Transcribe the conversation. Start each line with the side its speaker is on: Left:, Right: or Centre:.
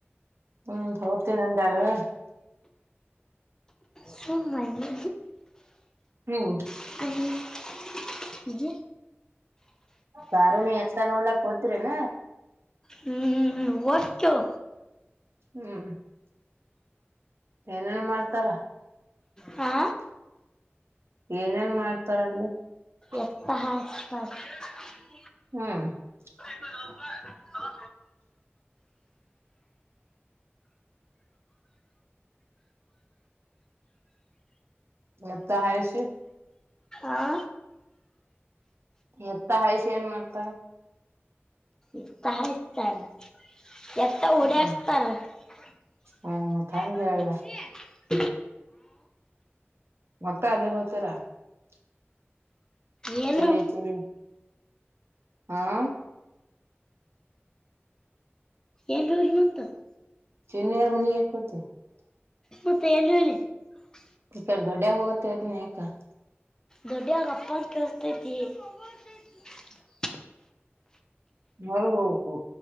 Right: ಹ್ಮ ಮ ಹೋತೀನಿ ಅಂದಿ ಅಗಳೆ
Left: ಸುಮ್ಮ ಅನ್ನಿ.
Right: ಹ್ಮ್
Left: <unintelligible> ನಿಜ
Right: ಕಾರುಣಿ ಎತ್ತ ನೋಡಲಕ ಹೊತಿರನ.
Left: ಹ್ಮ ಹೊಕ್ಕೇವ.
Right: ಹ್ಮ. ಚಾನಲ್ ನೋಡ್ತಾರ?
Left: ಹಾ
Right: <unintelligible> ಏನೇನ್ ಮಾಡ್ತಾರಲ್ಲಿ. <unintelligible>
Left: ಎಪಾ ಹ ಹಚ್ ಬಾರದ. <unintelligible>
Right: ಹ <unintelligible>
Left: <inaudible> <unintelligible>
Right: ಎತ್ತ ಹಾಯ್ಸಿ
Left: ಆ <unintelligible>
Right: ಎತ್ತ ಹಾಯಿಸಿ ಏನ್ ಮಾಡ್ತಾಳ? <unintelligible>
Left: ಇತಹಾ ಇತ್ತರಾ <unintelligible> ಎತ್ತ ಓಡ್ಯಾಡಸ್ತಾರ?
Right: ಹ್ಮ್
Left: <unintelligible>
Right: ಹ್ಮ್ ಮತ್ತ ಹಂಗ ಹೇಳ
Left: <inaudible>
Right: ಮತ್ತ ಅಲ್ಲೇ ಹೋತಲಾ? <unintelligible>
Left: ಏನ್ರು
Right: ಚಿನ್ನಿ ಚಿನ್ನಿ <unintelligible> ಆ <unintelligible>
Left: ಇಲ್ಲಿ ಬಿದ್ದ ಹೋತ? <unintelligible>
Right: ಚಿನ್ನಿ ಯಾರ ಮನೆಗ ಯಾಕಾ ಹೊತಿ. <unintelligible>
Left: ಮತ್ತ ಎಲ್ಲಿ ಹೋಲಿ? <unintelligible>
Right: ಈಕ ದೊಡ್ಡ್ಯಗ ಹೋಗುತ್ತೆ ಅಂದಿನಿ ಯಾಕ? <unintelligible>
Left: ದೊಡ್ಯಾಗ ಅಪ್ಪರಾ ಕೇಳಸತೈತಿ. ನಂದ <inaudible> ಹೋಮರ್ಕ ಐತಿ. <unintelligible>
Right: ಮೊರಗ್ ಹೋಗ್ಬೇಕು?